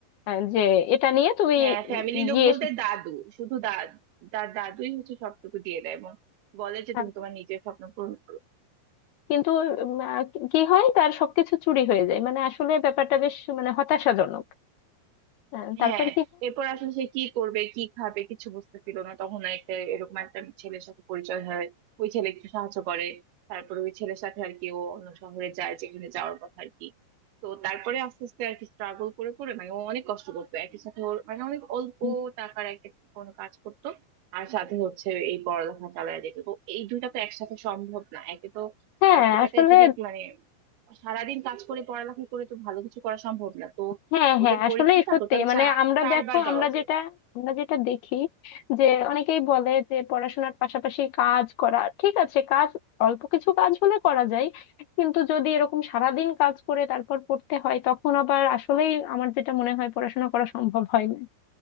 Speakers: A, on the left; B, on the right.
A: আহ, যে এটা নিয়ে তুমি
B: হ্যাঁ ফ্যামিলি
A: উম
B: লোক
A: গিয়ে
B: বলতে
A: এসে-
B: দাদু শুধু দাদ দাদুই হচ্ছে সবটুকু দিয়ে দেয় এবং বলে যে
A: আহ,
B: তুমি তোমার নিজের স্বপ্ন পূরণ করো।
A: কিন্তু উম, আহ, কি হয় তার সবকিছু চুরি হয়ে যায় মানে আসলে ব্যাপারটা বেশ মানে হতাশাজনক আহ, তারপর
B: হ্যাঁ
A: কি হয়?
B: এরপর আসলে সে কি করবে কি খাবে কিছু বুঝতে পারলো না তখন একটা এরকম একটা ছেলের সাথে পরিচয় হয় ওই ছেলে একটু সাহায্য করে তারপরে ওই ছেলের সাথে আর কি ও অন্য শহরে যায় যেখানে যাওয়ার কথা আর কি তো তারপরে আস্তে আস্তে আর কি স্ট্রাগল করে করে মানে ও অনেক কষ্ট করতো একই সাথে ওর মানে অনেক অল্প
A: হুম।
B: টাকার একটা কোনো কাজ করতো আর সাথে হচ্ছে এই পড়ালেখা চালায় যেত তো এই দুইটা তো একসাথে সম্ভব না একে তো
A: হ্যাঁ
B: অল্প টাকায়
A: আসলে
B: যদি মানে সারাদিন কাজ করে পড়ালেখা করে তো ভালো কিছু করা সম্ভব না তো
A: হ্যাঁ হ্যাঁ
B: ওদের
A: আসলে
B: পরীক্ষাটা
A: সত্যি
B: টোটাল
A: মানে আমরা
B: চারবার
A: দেখো
B: দেওয়া
A: আমরা
B: যায়
A: যেটা আমরা যেটা দেখি যে অনেকেই বলে যে পড়াশোনার পাশাপাশি কাজ করা ঠিক আছে কাজ অল্প কিছু কাজ হলে করা যায় কিন্তু যদি এরকম সারাদিন কাজ করে তারপর পড়তে হয় তখন আবার আসলেই আমার যেটা মনে হয় পড়াশোনা করা সম্ভব হয় না